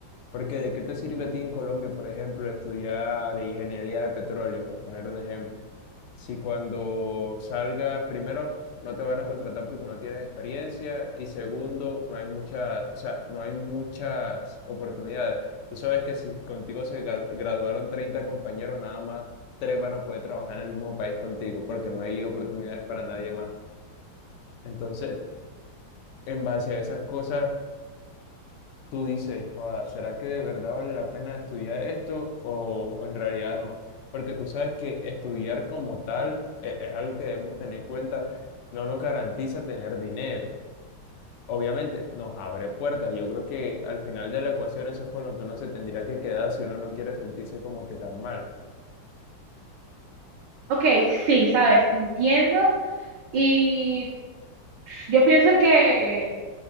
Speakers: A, on the left; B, on the right.
A: Porque ¿de qué te sirve a ti en Colombia, por ejemplo, estudiar ingeniería de petróleo, por poner un ejemplo? Si cuando salgas, primero, no te van a contratar porque no tienes experiencia y segundo, no hay mucha, o sea, no hay muchas oportunidades. Tú sabes que si contigo se gra- graduaron 30 compañeros, nada más tres van a poder trabajar en el mismo país contigo porque no hay oportunidades para nadie más. Entonces, en base a esas cosas tú dices, "Joda, ¿será que de verdad vale la pena estudiar esto o, o en realidad no? Porque tú sabes que estudiar como tal e- es, algo que debemos tener en cuenta, no nos garantiza tener dinero. Obviamente nos abre puertas. Yo creo que al final de la ecuación eso es con lo que uno se tendría que quedar si uno no quiere sentirse como que tan mal.
B: Ok, sí, sabes, te entiendo. Y yo pienso que,